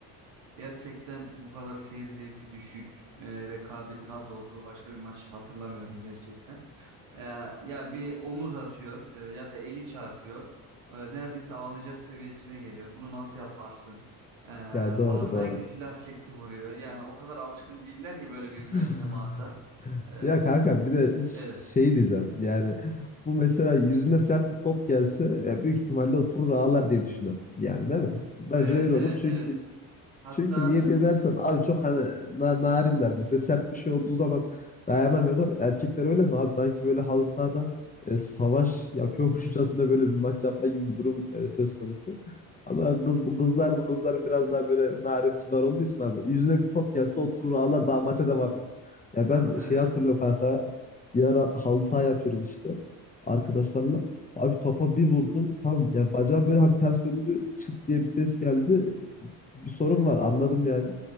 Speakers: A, on the right; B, on the left.
A: e, gerçekten bu kadar seyir zevki düşük, e, rekabetin az olduğu başka bir maç hatırlamıyorum gerçekten. E, ya bir omuz atıyor e, ya da eli çarpıyor. E, neredeyse ağlayacak seviyesine geliyor. Bunu nasıl yaparsın?
B: <laughs>
A: E,
B: Ya doğru
A: falan sanki
B: doğru.
A: silah çekti vuruyor. Yani o kadar alışkın değiller ki böyle birbirine
B: <laughs>
A: temasa. E,
B: Ya kanka bir de ş-
A: evet.
B: şey diyeceğim yani bu mesela yüzüne sert bir top gelse e, büyük ihtimalle oturur ağlar diye düşünüyorum. Yani değil mi? Bence
A: Evet
B: öyle
A: evet
B: olur çünkü
A: evet. Hatta
B: çünkü niye diye dersen abi
A: e,
B: çok hani na- narinler mesela sert bir şey olduğu zaman dayanamıyorlar. Erkekler öyle mi abi sanki böyle halı sahada e, savaş yapıyormuşçasına böyle bir maç yapma gibi bir durum e, söz konusu. Ama kız, kızlar da kızlar biraz daha böyle narin kibar olduğu için abi yüzüne bir top gelse oturur ağlar daha maça devam ya
A: katılıyorum.
B: ben şeyi hatırlıyorum kanka. Bir ara halı saha yapıyoruz işte arkadaşlarla. Abi topa bir vurdum. Tamam ya bacağım böyle hani ters döndü. Çıt diye bir ses geldi.
A: Hı.
B: Bir sorun var anladım yani.